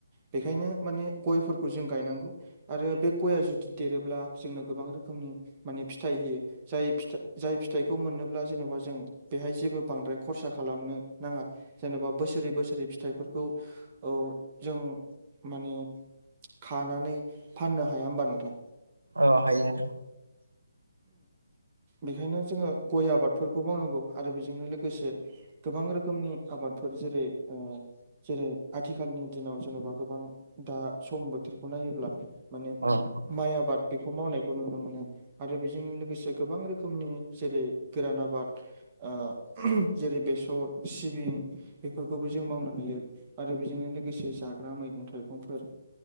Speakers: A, on the right; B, on the right.
A: बेखायनो माने गयफोरखौ जों गायनांगौ। आरो बे गया जुदि देरोब्ला जोंनो गोबां रोखोमनि माने फिथाइ होयो। जाय फिथा जाय फिथाइखौ मोनोब्ला जेन'बा जों बेहाय जेबो बांद्राय खरसा खालामनो नाङा जेनेबा बोसोरै बोसोरै फिथाइफोरखौ। औ जों माने खानानै फाननो हाया होमबा नोंथां।
B: औ हायो नोंथां।
A: बेखायनो जोङो गय आबादफोरखौ मावनांगौ आरो बेजोंनो लोगोसे। गोबां रोखोमनि आबादफोर जेरै ओ। जेरै आथिखालनि दिनाव जेन'बा गोबां दा सम बोथोरखौ नायोब्ला। माने
B: औ
A: माइ आबाद बेखौ मावनायखौ नुनो मोनो। आरो बेजों लोगोसे गोबां रोखोमनि जेरै गोरान आबाद। ओ जेरै बेसर सिबिं बेफोरखौबो जों मावनो हायो। आरो बेजोंनो लोगोसे जाग्रा मैगं थाइगंफोर।